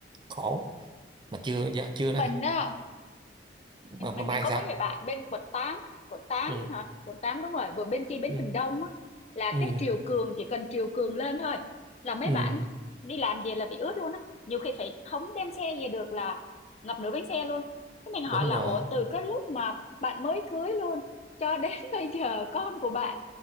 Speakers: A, on the right; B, on the left.
A: khổ mà chưa dạ, chưa đó
B: mình
A: nha.
B: á mình
A: mà, mà
B: mình
A: mai
B: mình có
A: sao
B: mấy người bạn bên quận tám quận tám
A: ừ.
B: hả quận tám đúng rồi vừa bên kia bến
A: Ừ.
B: Bình Đông á là
A: Ừ.
B: cái triều cường chỉ cần triều cường lên thôi là mấy
A: Ừ.
B: bạn đi làm về là bị ướt luôn á nhiều khi phải không đem xe về được là ngập nửa bánh xe luôn cái mình hỏi
A: đúng
B: là
A: rồi
B: ủa từ cái lúc mà bạn mới cưới luôn cho đến <laughs> bây giờ con của bạn